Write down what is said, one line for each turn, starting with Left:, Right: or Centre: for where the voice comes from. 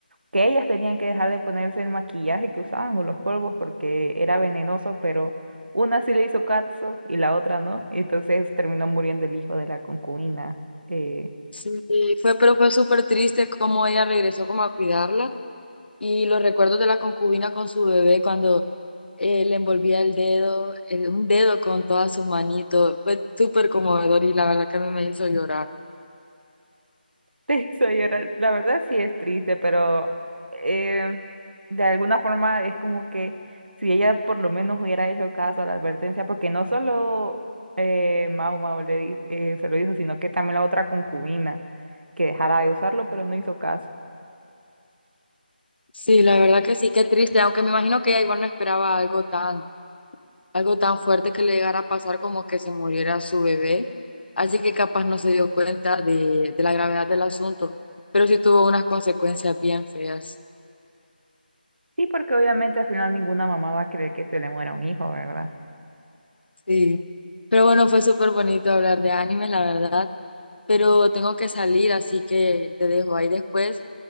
Right: que ellas tenían que dejar de ponerse el maquillaje que usaban o los polvos porque era venenoso, pero una sí le hizo caso y la otra no, y entonces terminó muriendo el hijo de la concubina. eh,
Left: Sí, fue, pero fue súper triste cómo ella regresó como a cuidarla y los recuerdos de la concubina con su bebé cuando eh, le envolvía el dedo, el- un dedo con toda su manito, fue súper conmovedor y la verdad que a mí me hizo llorar.
Right: Te hizo llorar. <laughs> La verdad sí es triste, pero eh, de alguna forma es como que si ella por lo menos hubiera hecho caso a la advertencia, porque no solo eh, Mau Mau le di- eh, se lo hizo, sino que también la otra concubina que dejara de usarlo, pero no hizo caso.
Left: Sí, la verdad que sí, qué triste, aunque me imagino que ella igual no esperaba algo tan algo tan fuerte que le llegara a pasar como que se muriera su bebé. Así que capaz no se dio cuenta de, de la gravedad del asunto, pero sí tuvo unas consecuencias bien feas.
Right: Sí, porque obviamente al final ninguna mamá va a querer que se le muera un hijo, ¿verdad?
Left: Sí. Pero bueno, fue súper bonito hablar de animes, la verdad. Pero tengo que salir, así que te dejo ahí después.